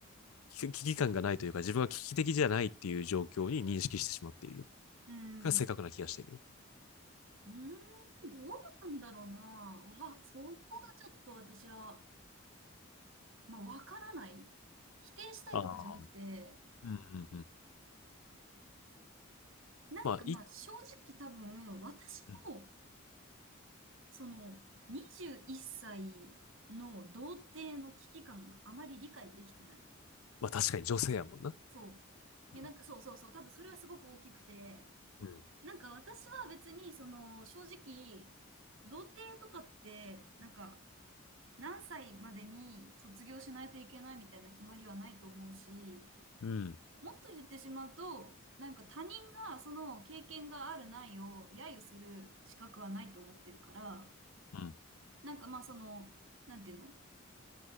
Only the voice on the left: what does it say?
危機感がないというか、自分は危機的じゃないっていう状況に認識してしまっている。
が正確な気がしている。
ああ。うんうんうん。
まあ、い、
うん
まあ確かに女性やもんな。
うん。
うん。
うん。
うん。